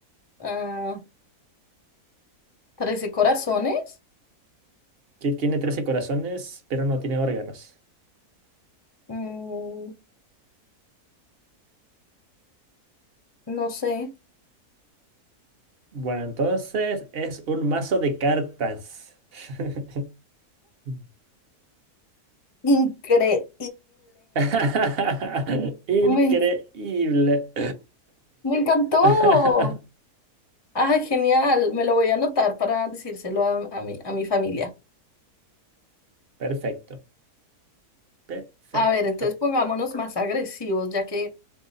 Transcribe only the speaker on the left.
Ah, 13 corazones.
Mm, no sé.
Increíble.
Me, me encantó.
Ay, genial. Me lo voy a anotar para decírselo a, a mi, a mi familia.
A ver, entonces pongámonos más agresivos, ya que